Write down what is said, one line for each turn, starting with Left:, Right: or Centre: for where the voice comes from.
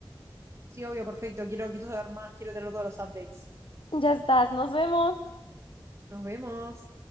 Right: Sí, obvio, perfecto. Quiero, quiero saber más, quiero tener todos los updates.
Left: Ya estás, nos vemos.
Right: Nos vemos.